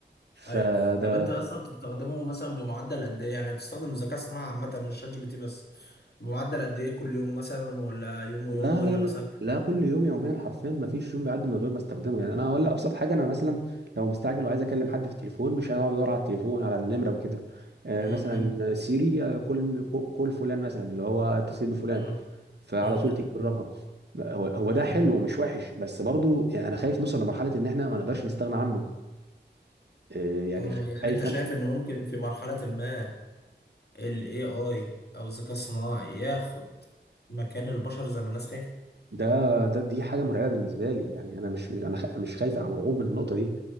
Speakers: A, on the right; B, on the left.
A: فده
B: ايوه طب انت اصلا بتستخدمه مثلا بمعدل قد ايه يعني بتستخدم الذكاء الصناعي عامه مش شات جي بي تي بس بمعدل قد ايه كل يوم مثلا ولا يوم ويوم
A: لا
B: ولا
A: لا لا
B: مثلا
A: لا كل يوم يوميا حرفيا ما فيش يوم بيعدي من غير ما استخدمه يعني انا ولا ابسط حاجه انا مثلا لو مستعجل وعايز اكلم حد في التليفون مش هقعد ادور على التليفون على النمره وكده آه،
B: أمم.
A: مثلا سيري آه، كل كل فلان مثلا اللي هو اتصل بفلان
B: أمم.
A: فعلى
B: أمم.
A: طول تجيب الرقم هو هو
B: أمم.
A: ده حلو ومش وحش بس برضو يعني انا خايف نوصل لمرحله ان احنا ما نقدرش نستغنى عنه آه، يعني
B: مم،
A: خ-
B: يعني
A: خايف
B: انت شايف
A: أنا-
B: ان ممكن في مرحلة ما ال AI او الذكاء الصناعي ياخد مكان البشر زي ما الناس
A: ده ده دي حاجه مرعبه بالنسبه لي يعني انا مش مش- انا خ- مش خايف انا مرعوب من النقطه دي